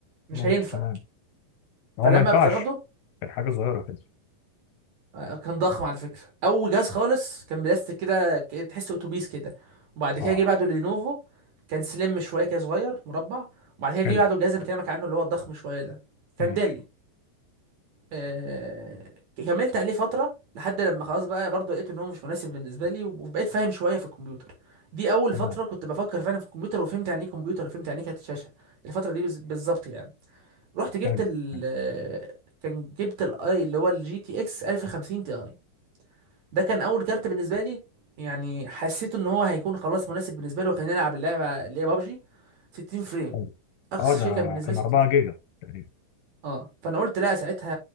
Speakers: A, on the right; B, on the left.
A: مش
B: ماشي
A: هينفع
B: تمام هو
A: فلما
B: ما ينفعش
A: بتاخده
B: كان حاجه صغيره كده
A: آه، كان ضخم على فكرة أول جهاز خالص كان بلاستيك كده ك- تحس أتوبيس كده وبعد
B: اه
A: كده جه بعده لينوفو كان سليم شوية كده صغير مربع وبعد كده جه
B: حلو
A: بعده الجهاز اللي بكلمك عنه اللي هو الضخم شوية ده كان
B: ماشي
A: ديل آه... كملت عليه فترة لحد لما خلاص بقى برضه لقيت إن هو مش مناسب بالنسبة لي وبقيت فاهم شوية في الكمبيوتر دي أول
B: تمام
A: فترة كنت بفكر فعلا في الكمبيوتر وفهمت يعني إيه كمبيوتر وفهمت يعني إيه كارت شاشة الفترة دي بز- بالظبط يعني رحت جبت
B: حلو
A: ال
B: حلو
A: آه، كان جبت الاي اللي هو الجي تي اكس 1050 تي اي ده كان اول كارت بالنسبه لي يعني حسيت ان هو هيكون خلاص مناسب بالنسبه لي وخليني العب اللعبه اللي هي بابجي 60 فريم
B: حلو.
A: اقصى
B: اه ده
A: شيء كان بالنسبه
B: كان
A: لي 60
B: 4
A: فريم
B: جيجا تقريبا
A: اه فانا قلت لا ساعتها